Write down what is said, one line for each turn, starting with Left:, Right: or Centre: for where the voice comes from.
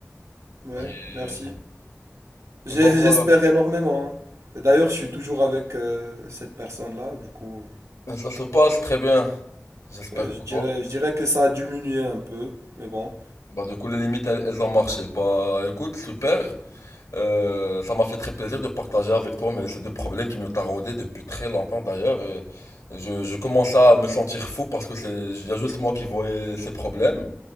Right: Ouais,
Left: Et,
Right: merci.
Left: et
Right: J'ai-
Left: bah voilà,
Right: J'espère énormément. hein. Et D'ailleurs, je suis toujours avec euh, cette personne-là, du coup.
Left: Et ça se passe très bien, j'espère
Right: Ouais,
Left: pour
Right: je dirais,
Left: toi.
Right: je dirais que ça a diminué un peu, mais bon.
Left: Bah du coup, les limites, elles, elles ont marché. Bah écoute, super. Euh, ça m'a fait très plaisir de partager avec toi, mais ces deux problèmes qui me taraudaient depuis très longtemps d'ailleurs. Et je, je commençais à me sentir fou parce que c'est, il y a juste moi qui voyais ces problèmes.